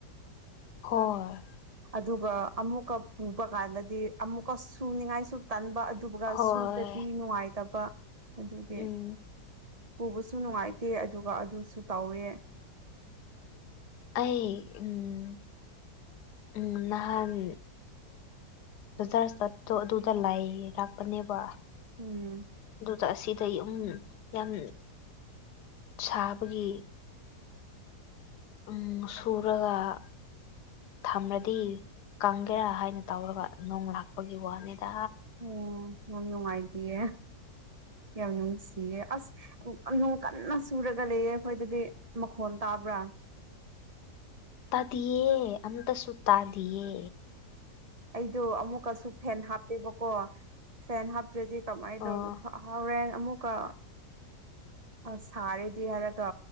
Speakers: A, on the left (about 75°); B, on the right (about 35°).
A: ꯍꯣꯏ
B: ꯑꯗꯨꯒ ꯑꯃꯨꯛꯀ ꯄꯨꯕ ꯀꯥꯟꯗꯗꯤ ꯑꯃꯨꯛꯀ ꯁꯨꯅꯤꯡꯉꯥꯏꯁꯨ ꯇꯟꯕ ꯑꯗꯨꯕꯨꯒ
A: ꯍꯣꯏ
B: ꯁꯨꯗ꯭ꯔꯗꯤ ꯅꯨꯡꯉꯥꯏꯇꯕ ꯑꯗꯨꯒꯤ
A: ꯎꯝ
B: ꯄꯨꯕꯁꯨ ꯅꯨꯡꯉꯥꯏꯇꯦ ꯑꯗꯨꯒ ꯑꯗꯨꯁꯨ ꯇꯧꯋꯦ
A: ꯑꯩ ꯎꯝ ꯎꯝ ꯅꯍꯥꯟ ꯕꯖꯥꯔ ꯆꯠꯇꯣ ꯑꯗꯨꯗ ꯂꯩ ꯂꯥꯛꯄꯅꯦꯕ
B: ꯎꯝ
A: ꯑꯗꯨꯗ ꯑꯁꯤꯗ ꯌꯨꯝ ꯌꯥꯝ ꯁꯥꯕꯒꯤ ꯎꯝ ꯁꯨꯔꯒ ꯊꯝꯂꯗꯤ ꯀꯪꯒꯦꯔꯥ ꯍꯥꯏꯅ ꯇꯧꯔꯒ ꯅꯣꯡ ꯂꯥꯛꯄꯒꯤ ꯋꯥꯅꯤꯗ
B: ꯑꯣ ꯌꯥꯝ ꯅꯨꯡꯉꯥꯏꯇꯤꯌꯦ ꯌꯥꯝ ꯅꯨꯡꯁꯤꯌꯦ ꯑꯁ ꯅꯨꯡ ꯀꯟꯅ ꯆꯨꯔꯒ ꯂꯩꯌꯦ ꯑꯩꯈꯣꯏꯗꯗꯤ ꯃꯈꯣꯟ ꯇꯥꯕ꯭ꯔꯥ
A: ꯇꯥꯗꯤꯌꯦ ꯑꯝꯇꯁꯨꯨ ꯇꯥꯗꯤꯌꯦ
B: ꯑꯩꯗꯣ ꯑꯃꯨꯛꯀꯁꯨ ꯐꯦꯟ ꯍꯥꯞꯄꯦꯕꯀꯣ ꯐꯦꯟ ꯍꯥꯞꯇ꯭ꯔꯗꯤ ꯀꯃꯥꯏꯅ
A: ꯑꯣ
B: ꯇꯧꯅꯣ ꯈ ꯍꯥꯎꯔꯦꯟ ꯑꯃꯨꯛꯀ ꯑ ꯁꯥꯔꯦꯗꯤ ꯍꯥꯏꯔꯒ